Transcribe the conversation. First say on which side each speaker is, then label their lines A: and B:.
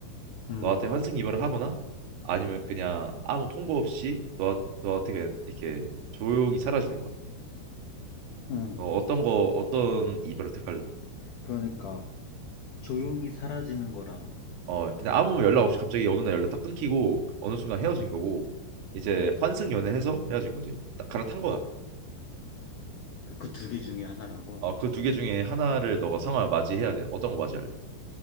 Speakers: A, on the left (about 80°); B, on the right (about 85°).
A: 응,
B: 너한테 환승 이별을 하거나 아니면 그냥 아무 통보 없이 너 너한테 그냥 이렇게 조용히 사라지는 거야.
A: 응.
B: 너 어떤 거 어떤 이별을 택할래?
A: 그러니까 조용히 사라지는 거랑
B: 어 그냥 아무 연락 없이 갑자기 어느 날 연락 딱 끊기고 어느 순간 헤어진
A: 어,
B: 거고 이제
A: 어,
B: 환승 연애해서 헤어진 거지. 딱 갈아탄 거야.
A: 그 두 개 중에 하나라고?
B: 어그 두 개 중에 하나를 너가 상황을 맞이해야 돼. 어떤 거 맞이할래?